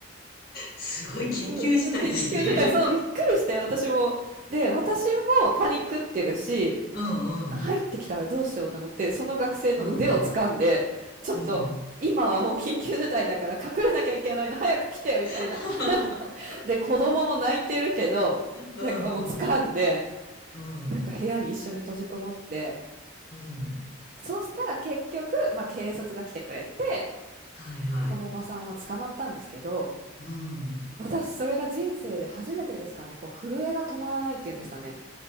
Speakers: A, on the left; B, on the right.
A: すごい緊急事態ですね。
B: そう、緊急事態、そう、びっくりして、私も。で、私もパニックってるし、
A: うん、
B: 入ってきたらどうしようと思って、
A: うん。
B: その学生の腕を掴んで、
A: うん、
B: ちょっと、
A: うん。
B: 今はもう緊急事態だから隠れなきゃいけないの、早く来て、みたいな。
A: <laughs>
B: で、子供も泣いてるけど、
A: うんうん、
B: なんかもう掴んで、
A: うん。
B: なんか部屋に一緒に閉じこもって、
A: うん。
B: そしたら結局、まあ警察が来てくれて、
A: はいはい。
B: そのおばさんは捕まったんですけど、
A: うん。
B: 私それが人生で初めてですかね、こう震えが止まらないっていうんですかね。